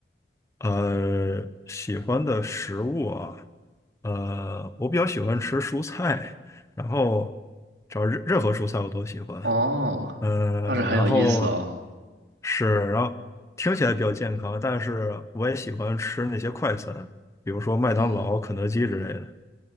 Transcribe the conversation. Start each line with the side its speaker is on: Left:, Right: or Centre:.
Left: 呃，喜欢的食物啊，呃，我比较喜欢吃蔬菜，然后只要任任何蔬菜我都喜欢。
Right: 哦，
Left: 呃，
Right: 倒是很有意思哦。
Left: 然后是，然后听起来比较健康，但是我也喜欢吃那些快餐，比如说麦当劳、
Right: 嗯，
Left: 肯德基之类的。